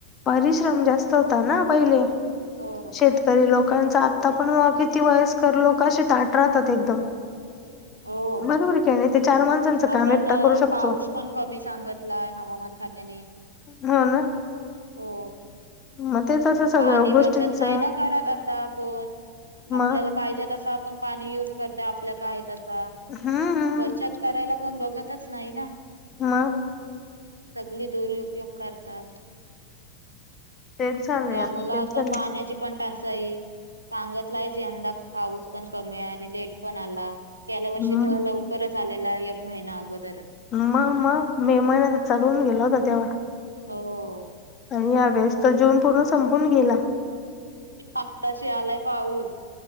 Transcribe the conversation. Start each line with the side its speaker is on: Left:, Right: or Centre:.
Left: परिश्रम जास्त होता ना पहिले
Right: हो
Left: शेतकरी लोक लोकां आता पण किती वयस्कर लोकशी ताट राहतात एकदम.
Right: हो.
Left: बरोबर काय नाही? चार माणसांचं
Right: आता
Left: काम एकटा
Right: तर
Left: करू शकतो
Right: पाऊस पण कमी सांगितलाय हवामान खात्याने.
Left: हो ना
Right: हो
Left: मग तेच असं सगळ्या
Right: पाणी
Left: गोष्टींच
Right: बचत नाही ना करत आता कोण
Left: मग
Right: आपल्याला पाहिजे तसं ण पाणी युज करत आपल्या का आहे
Left: हम्म
Right: बचत करायला पण बघतच नाही ना
Left: मग
Right: सगळी दूर उपयोग करतात.
Left: तेच झालंय
Right: त्यामुला
Left: तेच
Right: आता
Left: झालंय
Right: पाण्याची पण टंचाई सांगतला आहेच य यंदा पाऊस पण कमी आहे आणि लेट पण आला. गेल्या वर्षी
Left: हम्म
Right: तर लवकरच आलेला एक महिना अगोदर
Left: म म मे महिन्यात चालवून गेला होता तेव्हा.
Right: हो.
Left: आणि या वेळेस तर जून पूर्ण संपून गेला.
Right: आताशी आलाय. पाऊस